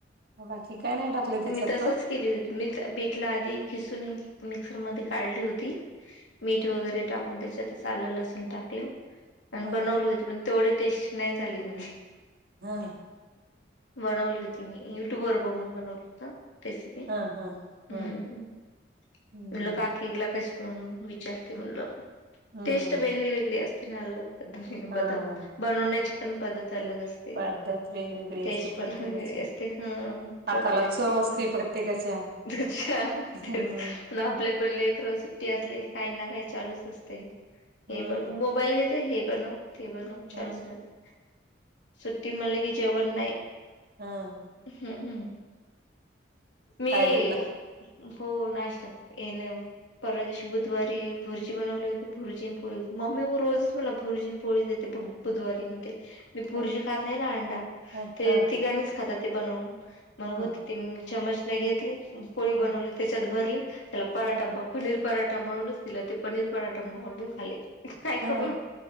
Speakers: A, on the right; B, on the left.
A: बाकी काय नाही टाकले. त्याच्यात
B: मी तसच
A: पण
B: केली होती मी बीटला आधी खिसून मिक्सरमध्ये काढली होती. मीठ वगैरे टाकून त्याच्यात आलं लसूण टाकले. आणि
A: ह
B: बनवली होती पण तेवढी टेस्ट नाही झाली म्हणली.
A: हम्म
B: बनवली होती मी युट्यूबवर बघून बनवली. रेसपी
A: ह ह
B: हम्म
A: ह हम्म
B: म्हणलं काकीला कशी म विचारते म्हणलं
A: हम्म
B: टेस्ट वेगळी वेगळी असते ना अलग. पद्धतीने
A: हा
B: बदल बनवण्याची पण पद्धत अलग अस ते
A: पद्धत वेगवेगळी
B: टेस्ट
A: असते
B: पण
A: प्रत्येकाची
B: वेग वेगळी असते हा
A: हाताला
B: प्रत्येकाशी.
A: चव
B: तेच
A: असते प्रत्येकाच्या
B: <inaudible>
A: हम्म
B: ना आपल्या पण लेकराला सुट्टी असली काही ना काही चालूच असते
A: हम्म
B: हे ब मोबाईल घेत ते हे बनव ते बनव
A: हम्म
B: चालूच राहते सुट्टी म्हणले की जेवण नाही.
A: हा.
B: हम् हम. मी
A: कायतरी ना
B: हो नाष्टा येणे. परवा दिवशी बुधवारी भुर्ची बनवली होती भुर्जी आणि पोळी मम्मी मग रोजच मला भुर्जीन पोळी देते. बुधवारी म्हणते मी भुर्जी
A: ह
B: खात नाही ना अंडा
A: ह
B: ते
A: ह
B: तिघाणीच खातात ते बनवून. मग
A: ह
B: होती ती चमच नाही घेतली, पोळी बनवलीत.
A: ह
B: त्याच्यात भरली, त्याला पराठा
A: ह
B: पनीर पराठा म्हणूनच दिला, ते पनीर पराठा म्हणूनच खाले. काय
A: ह
B: करून